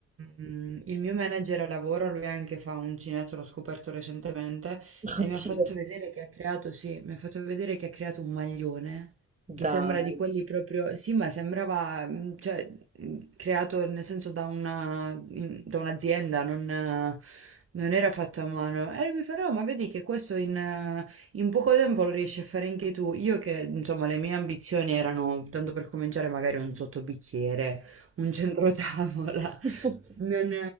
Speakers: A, on the right; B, on the right.
A: mm, il mio manager a lavoro, lui anche fa un cinetto, l'ho scoperto recentemente, e
B: Oddio,
A: mi ha fatto vedere che ha creato, sì, mi ha fatto vedere che ha creato un maglione che
B: dai.
A: sembra di quelli proprio, sì, ma sembrava, mm, cioè, mm, creato nel senso da una, in- da un'azienda, non, eh, non era fatto a mano. E mi fa, no, ma vedi che questo in, eh, in poco tempo lo riesci a fare anche tu. Io che, insomma, le mie ambizioni erano, tanto per cominciare, magari un sottobicchiere un centrotavola, <laughs>
B: Sì, <laughs>
A: non,